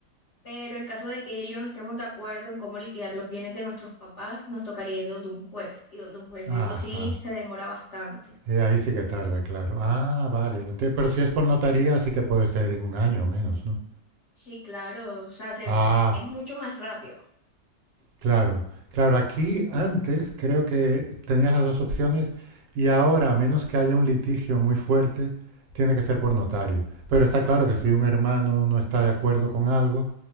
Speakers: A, on the left; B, on the right.
A: Pero en caso de que ella y yo no estemos de acuerdo en cómo liquidar los bienes de nuestros papás, nos tocaría ir donde un juez y donde un juez
B: Ajá.
A: eso sí se demora bastante.
B: Eh, ahí sí que tarda, claro. Ah, vale, lo entiendo. Pero si es por notaría, sí que puede ser en un año o menos, ¿no?
A: Sí, claro, o sea, se-
B: Ah,
A: es mucho más rápido.
B: Claro, claro, aquí antes creo que tenías las dos opciones y ahora, a menos que haya un litigio muy fuerte, tiene que ser por notario. Pero está claro que si un hermano no está de acuerdo con algo,